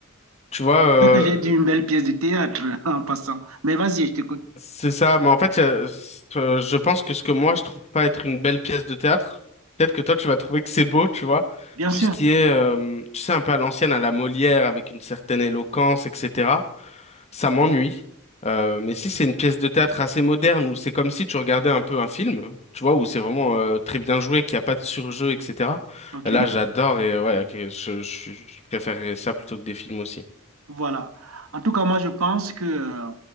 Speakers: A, on the left (about 30°); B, on the right (about 75°).
A: Tu vois, euh,
B: C'est ça que j'ai dit une belle pièce de théâtre <laughs> en passant. Mais vas-y, je t'écoute.
A: c'est ça. Mais en fait, euh, c'est- euh, je pense que ce que moi, je trouve pas être une belle pièce de théâtre, peut-être que toi, tu vas trouver que c'est beau, tu vois.
B: Bien
A: Tout
B: sûr.
A: ce qui est, euh, tu sais, un peu à l'ancienne, à la Molière, avec une certaine éloquence, etc., ça m'ennuie. Euh, mais si c'est une pièce de théâtre assez moderne, où c'est comme si tu regardais un peu un film, tu vois, où c'est vraiment euh, très bien joué, qu'il n'y a pas de surjeu, etc.,
B: OK.
A: là, j'adore et euh, ouais, ok, je, je, je préférerais ça plutôt que des films aussi.
B: Voilà. En tout cas, moi, je pense que euh,